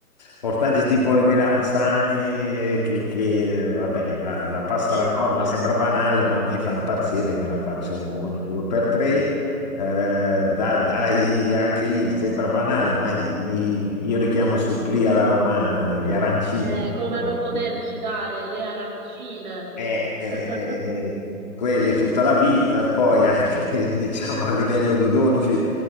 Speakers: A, on the left; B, on the right.
A: ortaggi tipo le melanzane, che, che, vabbè, la, la pasta alla
B: Eh
A: norma
B: sì.
A: sembra banale, ma a me fa impazzire, me la faccio ogni due per tre eh, da- dai, anche lì sembra banale, ma i- io li chiamo supplì alla romana, gli arancini.
B: Eh,
A: li
B: come
A: chiamo.
B: non poter citare le arancine,
A: Eh,
B: <laughs>
A: eh, eh, eh, quelli tutta la vita, poi anche <laughs> diciamo a livello di dolci,